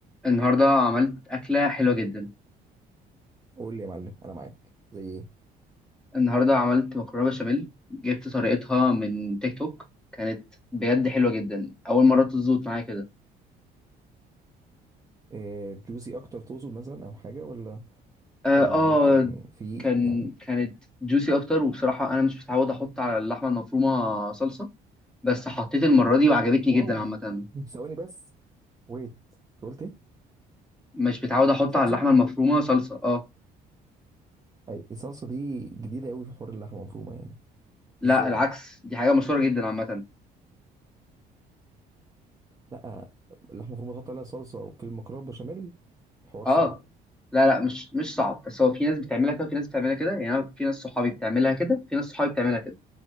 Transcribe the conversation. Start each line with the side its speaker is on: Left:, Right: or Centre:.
Centre: النهاردة عملت أكلة حلوة جدا
Right: قول لي يا معلم انا معاك زي ايه
Centre: النهاردة عملت مكرونة بشاميل جبت طريقتها من تيك توك كانت بجد حلوة جدا أول مرة تظبط معايا كده
Right: إيه جوسي اكتر تقصد مثلا او حاجه ولا
Centre: آه,
Right: الموضوع
Centre: آه
Right: كان فيه
Centre: كان
Right: يعني
Centre: كانت جوسي أكتر وبصراحة أنا مش متعود أحط على اللحمة المفرومة صلصة بس حطيت المرة دي وعجبتني
Right: واو
Centre: جدا عامة
Right: ثواني بس ويت أنت قلت ايه
Centre: مش متعود أحط
Right: صلصه
Centre: على اللحمة المفرومة صلصة آه
Right: اي الصلصه دي جديده قوي في حوار اللحمه المفرومه يعني
Centre: لا
Right: ازاي
Centre: العكس دي حاجة مشهورة جدا عامة
Right: لا اللحمه المفرومه تحط عليها صلصه وفي المكرونه بشاميل الحوار
Centre: آه
Right: صعب
Centre: لا لا مش مش صعب بس هو في ناس بتعملها كده وفي ناس بتعملها كده يعني أنا في ناس صحابي بتعملها كده في ناس صحابي بتعملها كده